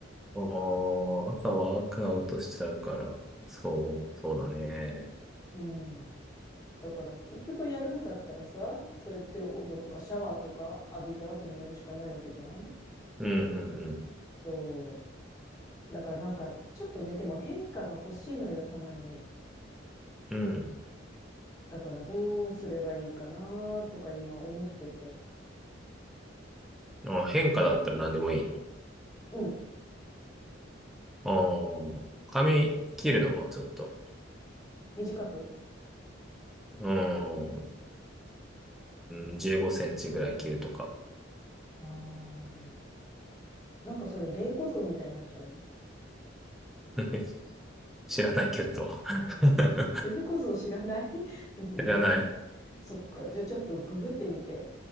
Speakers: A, in the centre; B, on the left.
A: おー、朝ワークアウトしちゃうから。そう、そうだね。
B: <laughs> うん。だから結局やるんだったらさ、そうやってお風呂とかシャワーとか浴びた後にやるしかないわけじゃん。
A: うんうん
B: そう。だからなんか、ちょっとね、でも変化が欲しいのよ、たまに。
A: うん。うん。
B: だからどうすればいいかなとか今思ってて。
A: あ、変化だったら何でもいいの。
B: うん、
A: ああ、髪切るのはちょっと、
B: 短く
A: うーん、うーん、15センチぐらい切るとか。
B: あーなんかそれ、霊子像みたいになっちゃうの。
A: <laughs> 知らないけど。<laughs>
B: 霊子像知らない <laughs> うん、
A: 知らない。
B: そっか。じゃあちょっとググってみて。